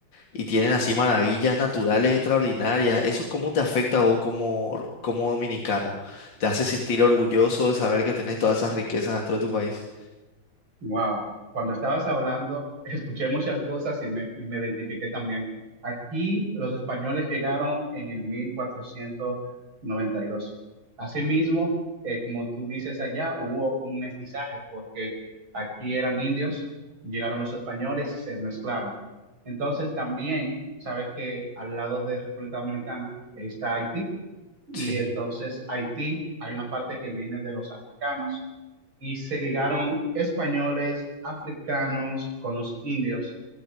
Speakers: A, on the left; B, on the right.
A: Y tienen así maravillas naturales extraordinarias. ¿Eso cómo te afecta a vos como, r- como dominicano? ¿Te hace sentir orgulloso de saber que tenés todas esas riquezas dentro de tu país?
B: Wow, cuando estabas hablando, <laughs> escuché muchas cosas y me, y me identifiqué también. Aquí los españoles llegaron en el 1492. Asimismo, eh, como tú dices allá, hubo un mestizaje porque aquí eran indios, llegaron los españoles y se mezclaron. Entonces también, sabes que al lado de República Dominicana está Haití y
A: Sí,
B: entonces Haití hay una parte que viene de los africanos y se ligaron españoles, africanos con los indios